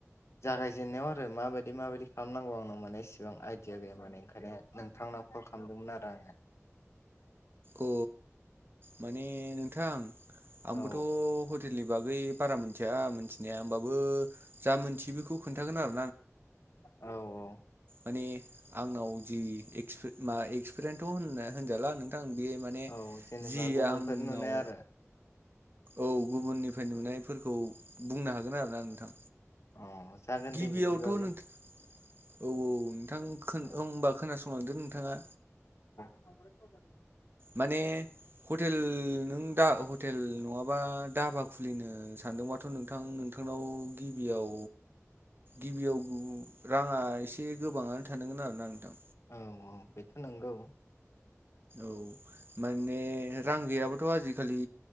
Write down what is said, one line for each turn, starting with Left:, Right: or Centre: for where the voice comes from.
Left: जागायजेननाआव‌ आरो माबादि माबादि खालामनांगौ आंनाव मानि एसिबां आइदिया गैया माने ओंखायनो नोंथां नाव कल खालामदोंमोन आरो आङो
Right: अ माने नोंथां आंबोथ'
Left: औ
Right: ह'टेलनि बागै बारा मिथिया मिथिनाया होमबाबो जा मिथियो बेखौ खोन्थागोन आरो
Left: औ औ
Right: मानि आंनाव जि एक्सपि मा एक्सपिरियेन्थ' होनना होनजाला नोंथां बे माने
Left: औ जेनेबा
Right: जि
Left: गुबुनफोर
Right: आंनाव
Left: नुनाय आरो
Right: औ गुबुननिफ्राय नुनायफोरखौ बुंनो हागोन आरोना नोंथां
Left: अ जागोन
Right: गिबिआवथ'
Left: दे बिदिबाबो
Right: नोंथां औ औ नोंथां ओ‌
Left: औ
Right: होनबा खोनासंलांदो नोंथाङा
Left: <unintelligible>
Right: माने ह'टेल नों दा हटेल नंआबा धाबा खुलिनो सानदोंबाथ' नोंथां नोंथांनाव गिबियाव गिबिआव रांआ‌ एसे गोबांआनो थानांगोन आरोना नोंथां
Left: औ औ बेथ' नोंगौ
Right: औ माने रां गैयाबाथ' आजिखालि